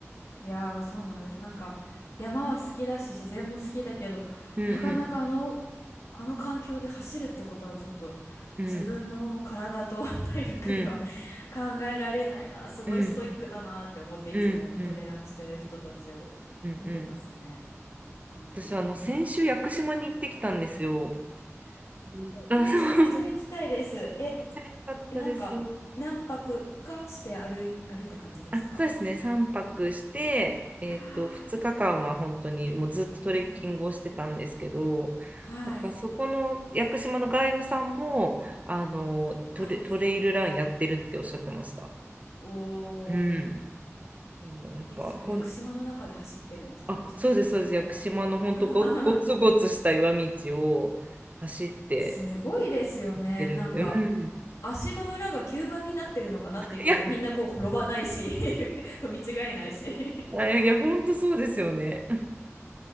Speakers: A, on the left; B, on the right.
A: いやー、そうなんです。なんか、山は好きだし、自然も好きだけど、
B: うんうん。
A: なかなかあの、あの環境で走るってことはちょっと、
B: うん
A: 自分の体と <laughs> 体力では
B: うん、
A: <laughs> 考えられないな。すごいストイックだなって思って、
B: うん、
A: いつもトレランしてる人たちをね見てますね。
B: うん、うん、うん、うん。
A: うん、
B: 私、あの、先週、屋久島に行ってきたんですよ。うんあ、
A: めちゃめちゃ行きたいです。
B: そう、
A: え、
B: めっちゃ良かったです。
A: なんか、何泊かして歩い、歩いた感じですか
B: あ、そうですね、3泊して、えっと、
A: はあ
B: 2日間は本当にもうずっとトレッキングをしてたんですけど、
A: うんはい。
B: なんかそこの屋久島のガイドさんも、あの、
A: はい。
B: トレ、トレイルランやってるっておっしゃってました。
A: お
B: うん。
A: ー
B: でも、やっぱこん、
A: え、それを屋久島の中で走ってるんですかね、
B: あ、
A: じゃあ、
B: そうです、
A: その方は。
B: そうです。屋久島の本当ご、
A: <laughs>
B: ごつごつした岩道を走って
A: すごいですよね。
B: 出るって。
A: なんか、
B: うん。
A: 足の裏が吸盤になってるのかなっていうぐらい、
B: いや、
A: みんなこう転ばないし <laughs> 踏み違えないし
B: あいや、本当そうですよね。